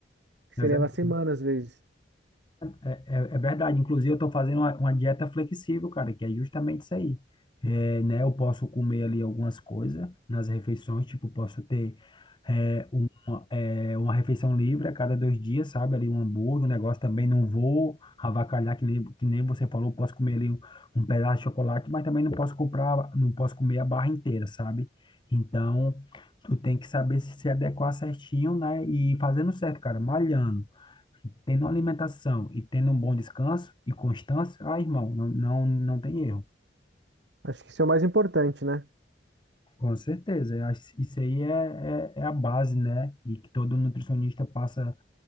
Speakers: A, on the right; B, on the left.
A: que
B: É
A: você
B: verdade.
A: leva semanas às vezes.
B: É, é é verdade. Inclusive, eu estou fazendo uma, uma dieta flexível, cara, que é justamente isso aí. É, né, eu posso comer ali algumas coisas nas refeições, tipo, posso ter é, uma, é, uma refeição livre a cada dois dias, sabe? Ali um hambúrguer, um negócio também. Não vou avacalhar, que nem, que nem você falou, posso comer ali um, um pedaço de chocolate, mas também não posso comprar, não posso comer a barra inteira, sabe? Então, tu tem que saber se se adequar certinho, né? E fazendo certo, cara, malhando. Tendo uma alimentação e tendo um bom descanso e constância, ah, irmão, não, não, não tem erro.
A: Acho que isso é o mais importante, né?
B: Com certeza. Eu acho que Isso aí é, é, é a base, né? E que todo nutricionista passa